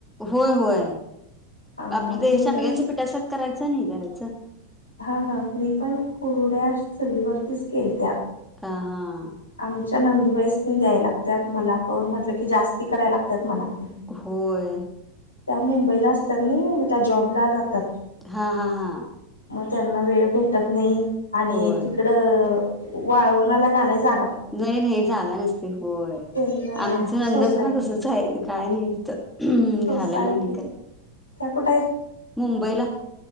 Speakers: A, in the centre; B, on the left.
A: होय, होय,
B: हा
A: आपलं
B: हा
A: ते
B: मी
A: शांडग्यांचे
B: पण
A: पीठासा करायच नाइ करायचं
B: हा, हा मी पण कुरुड्या चुलीवर तीच केलत्या.
A: हा, हा.
B: आम च्या नंदुबाई स्नी द्याय लागत्यात मला पण म्हटलं की जास्ती कराय लागत्यात मला पण
A: होय.
B: त्या मुंबईला अस त्यात ना मग त्या जॉबला जातात.
A: हा, हा, हा.
B: म त्यांना वेळ भेटत नाइ. आणि
A: होय
B: तिकडं वाळवणाला घालाय जाग
A: नाइ, नाइ जाणारच की होय
B: त्यांना
A: आमच आनंदाचं
B: सोसायटी
A: पण तसचय ते काय नाइ तिथं.
B: सोसायटी
A: घालायला आणि काय
B: त्या कुठयत?
A: मुंबईला